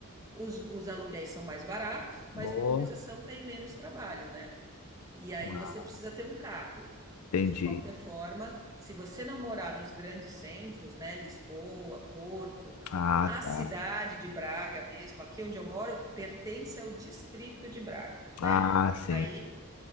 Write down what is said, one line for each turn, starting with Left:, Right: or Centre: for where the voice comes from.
Right: os, os aluguéis são mais baratos, mas
Left: Boa.
Right: em compensação tem menos trabalho, né? E aí
Left: Ah,
Right: você precisa ter um carro.
Left: entendi.
Right: De qualquer forma, se você não morar nos grandes centros, né? Lisboa, Porto,
Left: Ah,
Right: a cidade
Left: tá.
Right: de Braga mesmo, aqui onde eu moro, pertence ao distrito de Braga, né?
Left: Ah, sim.
Right: Aí